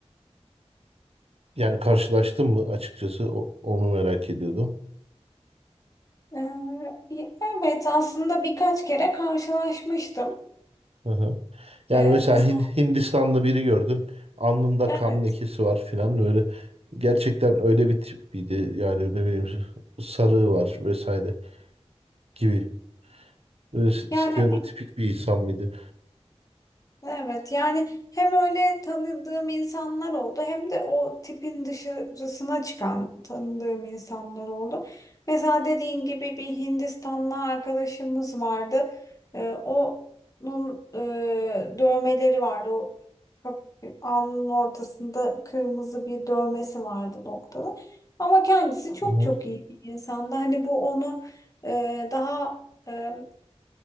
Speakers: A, on the right (about 60°); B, on the left (about 30°).
A: Yani karşılaştın mı açıkçası o- onu merak ediyordum.
B: E, evet aslında birkaç kere karşılaşmıştım.
A: Hı hı. Yani
B: Ve
A: mesela
B: mesela
A: Hin- Hindistanlı biri gördün. Alnında
B: evet.
A: kan lekesi var filan öyle. Gerçekten öyle bir tipiydi. Yani ne bileyim sarığı var vesaire gibi. Böyle s-
B: Yani
A: stereotipik bir insan mıydı?
B: Evet yani hem öyle tanıdığım insanlar oldu hem de o tipin dışarısına çıkan tanıdığım insanlar oldu. Mesela dediğin gibi bir Hindistanlı arkadaşımız vardı. Ee, onun e, dövmeleri vardı. O kaf- alnının ortasında kırmızı bir dövmesi vardı noktalı. Ama kendisi çok
A: Hı hı.
B: çok iyi bir insandı. Hani bu onu e, daha e,